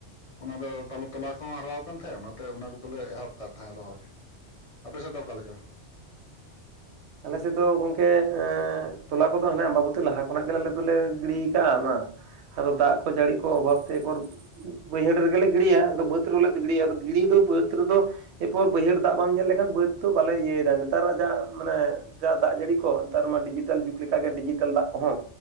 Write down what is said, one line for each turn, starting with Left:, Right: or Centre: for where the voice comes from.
Left: ᱚᱱᱟ ᱫᱚ ᱛᱟᱞᱚ ᱛᱚᱞᱟ ᱠᱚᱦᱚᱸ ᱦᱟᱨᱟ ᱟᱠᱟᱱ ᱛᱟᱦᱮᱸ ᱚᱱᱟᱛᱮ ᱚᱱᱟ ᱠᱚᱫᱚᱞᱮ ᱮᱦᱚᱵ ᱠᱟᱫ ᱛᱟᱦᱮᱸᱜ ᱨᱚᱦᱚᱭ ᱟᱯᱮ ᱥᱮᱫ ᱫᱚ ᱚᱠᱟ ᱞᱮᱠᱟ
Right: ᱟᱞᱮ ᱥᱮᱫ ᱫᱚ ᱜᱚᱝᱠᱮ ᱮᱸ ᱛᱚᱞᱟ ᱠᱚᱫᱚ ᱦᱟᱱᱮ ᱟᱢᱵᱟᱵᱩᱛᱤ ᱞᱟᱦᱟ ᱠᱷᱚᱱᱟᱜ ᱜᱮ ᱟᱞᱮ ᱫᱚᱞᱮ ᱜᱤᱲᱤ ᱟᱠᱟᱜᱼᱟ ᱢᱟ ᱟᱫᱚ ᱫᱟᱜ ᱠᱚ ᱡᱟᱹᱲᱤ ᱠᱚ ᱚᱵᱷᱟᱵ ᱛᱮ ᱮᱯᱚᱨ ᱵᱟᱹᱭᱦᱟᱹᱲ ᱨᱮᱜᱮᱞᱮ ᱜᱤᱲᱤᱭᱟ ᱟᱫᱚ ᱵᱟᱹᱫᱽ ᱨᱮᱦᱚᱸ ᱞᱮ ᱜᱤᱲᱤᱭᱟ ᱟᱫᱚ ᱜᱤᱲᱤ ᱫᱚ ᱵᱟᱹᱫᱽ ᱨᱮᱫᱚ ᱮᱨᱯᱚᱨ ᱵᱟᱹᱭᱦᱟᱹᱲ ᱫᱟᱜ ᱵᱟᱢ ᱧᱮᱞ ᱞᱮᱠᱷᱟᱱ ᱵᱟᱹᱫᱽ ᱫᱚ ᱵᱟᱞᱮ ᱤᱭᱟᱹᱭ ᱫᱟ ᱱᱮᱛᱟᱨᱟᱜ ᱡᱟ ᱢᱟᱱᱮ ᱡᱟ ᱫᱟᱜ ᱡᱟᱹᱲᱤ ᱠᱚ ᱱᱮᱛᱟᱨ ᱢᱟ ᱰᱤᱡᱤᱴᱟᱞ ᱡᱩᱜᱽ ᱞᱮᱠᱟᱜᱮ ᱰᱤᱡᱤᱴᱮᱞ ᱫᱟᱜ ᱠᱚᱦᱚᱸ